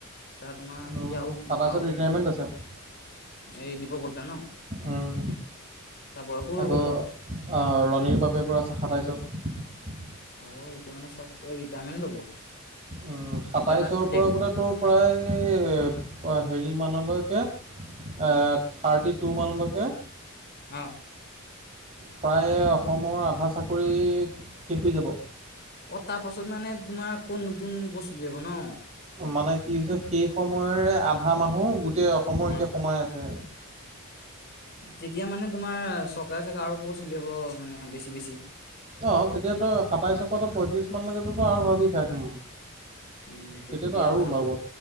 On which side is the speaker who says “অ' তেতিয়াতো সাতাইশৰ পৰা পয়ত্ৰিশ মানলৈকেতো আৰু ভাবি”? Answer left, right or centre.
Right